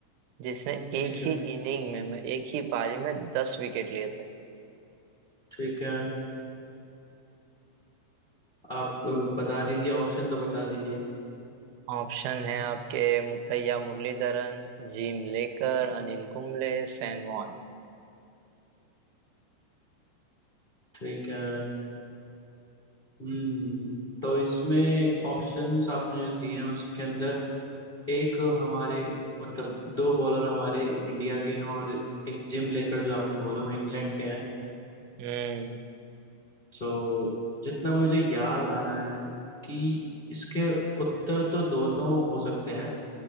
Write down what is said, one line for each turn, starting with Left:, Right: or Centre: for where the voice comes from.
Right: जिसने
Left: ठीक
Right: एक
Left: है
Right: ही इनिंग में में- एक ही पारी में दस विकेट लिए
Left: ठीक है आप ब- बता दीजिए ऑप्शन तो बता दीजिए
Right: ऑप्शन है आपके Muttiah Muralitharan Jim Laker Anil Kumble Shane Warne
Left: ठीक है हम्म तो इसमें ऑप्शंस आपने जो दिए हैं उसके अंदर एक हमारे मतलब दो बॉलर हमारे इंडिया के हैं और एक जिम लेकर जो आपने बोला वो इंग्लैंड के हैं
Right: हम्म
Left: तो जितना मुझे याद आ रहा है कि इसके उत्तर तो दोनों हो सकते हैं